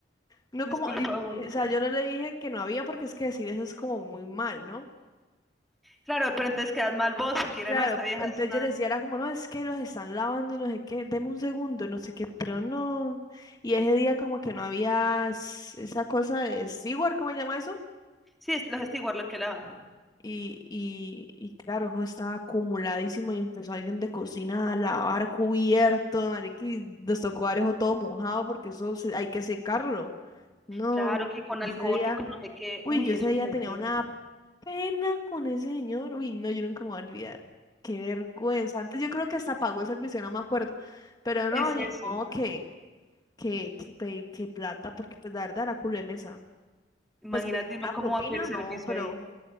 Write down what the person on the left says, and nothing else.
No como,
y-
y, o sea, yo no le dije que no había porque es que decir eso es como muy mal, ¿no?
Claro,
entonces
yo le decía, era como, no, es que los están lavando y no sé qué, deme un segundo, no sé qué, pero no. Y ese día como que no había es- esa cosa de steward, ¿cómo se llama eso?
Y, y, y claro, eso estaba acumuladísimo y empezó alguien de cocina a lavar cubiertos, marica, y nos tocó dar eso todo mojado porque eso se- hay que secarlo. No,
ese
día,
uy,
yo ese
día
tenía
una pena con ese señor, uy, no, yo nunca me voy a olvidar. Qué vergüenza. Antes yo creo que hasta pagó el servicio, no me acuerdo, pero no,
ni
modo que, que, que, pe- que plata, porque pues la verdad era culo de mesa.
Pues que
la
propina,
no, pero...